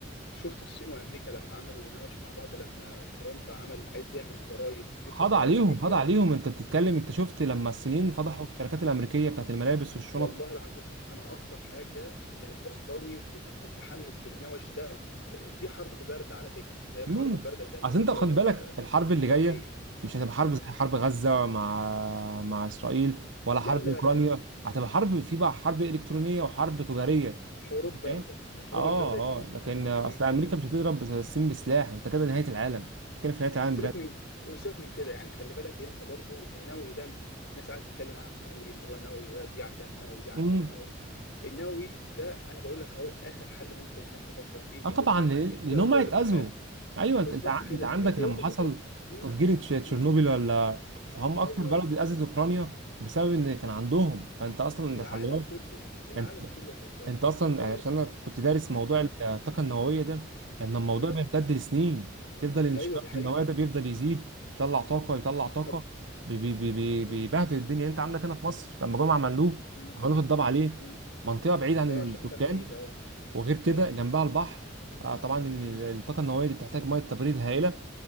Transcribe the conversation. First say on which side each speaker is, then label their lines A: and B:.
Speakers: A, on the left; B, on the right.
A: شفت الصين وامريكا لما عملوا نوش مع بعض لما ترامب عمل عايز يعمل ضرائب بيفرض
B: خاضع
A: ضرائب
B: عليهم
A: 150
B: خاضع عليهم انت بتتكلم انت شفت لما الصينيين فضحوا الشركات الامريكية بتاعت الملابس والشنط
A: والله العظيم انا اكتر حاجه كانت بسطاني وكنت متحمس للنوش ده دي حرب بارده على فكره زي الحرب
B: امم
A: البارده كانت
B: اصل
A: بين روسيا
B: انت خد
A: و...
B: بالك الحرب اللي
A: وامريكا
B: جاية مش هتبقى حرب
A: امم
B: زي حرب غزة مع مع اسرائيل ولا
A: لا
B: حرب
A: لا
B: اوكرانيا
A: لا
B: هتبقى حرب في بقى حرب الكترونية وحرب تجارية
A: حروب
B: انت
A: بارده
B: فاهم
A: الحروب
B: اه
A: البارده دي
B: اه لكن
A: يعني
B: اصل
A: كان
B: امريكا مش هتضرب الصين بسلاح انت كده نهاية العالم بتتكلم في نهاية العالم
A: سيبك
B: بجد
A: من سيبك من كده يعني خلي بالك انت برضو النووي ده يعني الناس قاعده تتكلم عن النووي اللي هو النووي ده- دي عندها نووي دي عندها
B: مم.
A: نووي النووي ده انا بقول لك اهو اخر حل ممكن الناس تفكر فيه اللي
B: اه طبعا
A: هم
B: لان لأن
A: الدول
B: هم هيتاذوا
A: اللي بتحارب
B: ايوه انت
A: بالظبط
B: انت ع-
A: كده
B: انت عندك
A: انت يوم
B: لما
A: ما تضرب
B: حصل
A: مم.
B: تفجير تش- تشيرنوبيل
A: مم.
B: ولا فهم
A: ايوه
B: اكتر بلد
A: ايوه
B: اتاذت اوكرانيا بسبب ان كان عندهم فانت اصلا انت
A: العالم
B: خلي بالك
A: كله العالم
B: انت
A: كله هيتضرر
B: انت اصلا
A: فانت
B: يعني عشان انا كنت دارس موضوع
A: امم
B: الطاقه النوويه ده ان الموضوع
A: مم.
B: بيمتد لسنين تفضل الانشطار
A: ايوه دي حقيقة
B: النووي ده بيفضل
A: ال-
B: يزيد يطلع طاقه يطلع
A: بز-
B: طاقه
A: طب
B: بي- بي- بي- بي-
A: مم.
B: بيبهدل الدنيا انت عندك هنا في مصر لما جم عملوه
A: مم.
B: عملوه الضبع عليه
A: مم.
B: منطقه بعيده عن
A: ايوه عشان مكان
B: السكان
A: بعيد اه
B: وغير كده
A: ايوه
B: جنبها البحر آه، طبعا ان
A: مم.
B: الطاقه النوويه دي بتحتاج ميه تبريد هائله